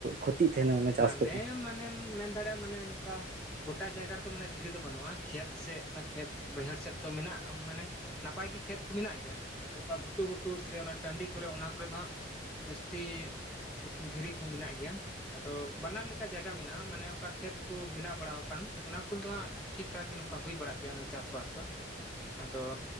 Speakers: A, on the right; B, in the centre.
A: ᱠᱷᱚ ᱛᱤᱜ ᱛᱟᱦᱮᱱᱟ ᱢᱟᱱ ᱪᱟᱥ
B: ᱱᱮᱸ
A: ᱠᱚᱫᱚ
B: ᱢᱟᱱᱮᱢ ᱢᱮᱱ ᱫᱟᱲᱮᱭᱟᱜᱼᱟ ᱢᱟᱱᱮ ᱱᱚᱝᱠᱟ ᱜᱚᱴᱟ ᱡᱟᱭᱜᱟ ᱨᱮᱫᱚ ᱢᱟᱱᱮ ᱫᱷᱤᱨᱤ ᱫᱚ ᱵᱟᱹᱱᱩᱜᱼᱟ ᱠᱷᱮᱛ ᱥᱮᱫ ᱚᱱᱟ ᱠᱷᱮᱛ ᱵᱟᱹᱭᱦᱟᱹᱲ ᱥᱮᱫ ᱫᱚ ᱢᱮᱱᱟᱜ ᱢᱟᱱᱮ ᱱᱟᱯᱟᱭ ᱜᱮ ᱠᱷᱮᱛ ᱠᱚ ᱢᱮᱱᱟᱜ ᱜᱮᱭᱟ ᱟᱫᱚ ᱚᱱᱠᱟ ᱜᱷᱩᱴᱩ ᱜᱷᱩᱴᱩ ᱥᱮ ᱚᱱᱟ ᱴᱟᱺᱰᱤ ᱠᱚᱨᱮ ᱚᱱᱟ ᱠᱚᱨᱮ ᱫᱚ ᱦᱟᱸᱜ ᱡᱟᱹᱥᱛᱤ ᱫᱷᱤᱨᱤ ᱠᱚ ᱢᱮᱱᱟᱜ ᱜᱮᱭᱟ ᱟᱫᱚ ᱵᱟᱱᱟᱨ ᱞᱮᱠᱟ ᱡᱟᱭᱜᱟ ᱢᱮᱱᱟᱜᱼᱟ ᱢᱟᱱᱮ ᱚᱠᱟ ᱠᱷᱮᱛ ᱠᱚ ᱵᱮᱱᱟᱣ ᱵᱟᱲᱟ ᱟᱠᱟᱱ ᱚᱱᱟ ᱠᱚᱫᱚ ᱦᱟᱸᱜ ᱴᱷᱤᱠᱴᱷᱟᱠ ᱜᱮ ᱱᱚᱝᱠᱟ ᱦᱩᱭ ᱵᱟᱲᱟᱜ ᱜᱮᱭᱟ ᱚᱱᱟ ᱪᱟᱥᱵᱟᱥ ᱫᱚ ᱟᱫᱚ